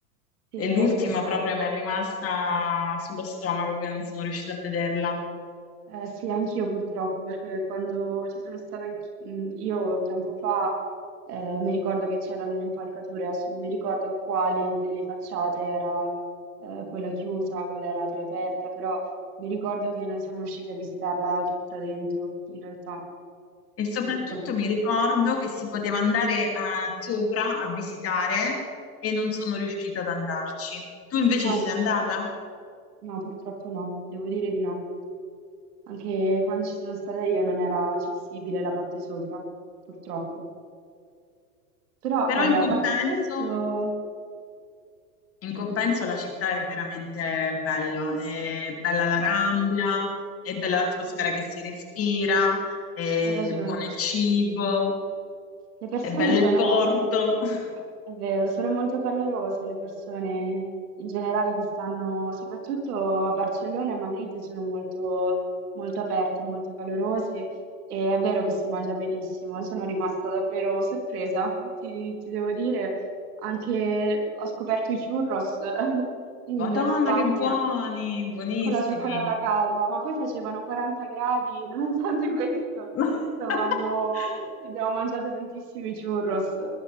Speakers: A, on the right; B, on the left.
A: sì,
B: E
A: hai
B: l'ultima
A: ragione.
B: proprio mi è rimasta sullo stomaco che non sono riuscita a vederla.
A: Eh, sì, anch'io purtroppo, perché quando ci sono stata anch- mh, io tempo fa, eh, mi ricordo che c'erano le impalcature, adesso non mi ricordo quale delle facciate era, eh, quella chiusa, quella era più aperta, però mi ricordo che non siamo riusciti a visitarla tutta dentro, in realtà,
B: E soprattutto
A: purtroppo.
B: mi ricordo che si poteva andare a Sopra a visitare e non sono riuscita ad andarci. Tu invece
A: No,
B: ci
A: neanch'io.
B: sei andata?
A: No, purtroppo no, devo dire di no. Anche quando ci sono stata io non era accessibile la parte sopra, purtroppo. Però,
B: Però
A: vabbè,
B: in
A: a
B: compenso,
A: parte questo,
B: in compenso la città è veramente bella. È bella la Rambla, è bella l'atmosfera
A: sì,
B: che si respira, è
A: hai ragione.
B: buono il cibo,
A: Le persone
B: è bello
A: sono,
B: il porto. <laughs>
A: è vero, sono molto calorose le persone in generale che stanno, soprattutto a Barcellona e Madrid, sono molto, molto aperte, molto calorose e è vero che si mangia benissimo. Sono rimasta davvero sorpresa, ti, ti devo dire. Anche ho scoperto i churros <laughs> in
B: Madonna,
A: Spagna.
B: che buoni, buonissimi.
A: con la cioccolata calda, ma poi facevano 40 gradi, e nonostante <laughs> questo,
B: <laughs>
A: stavamo, abbiamo mangiato tantissimi churros.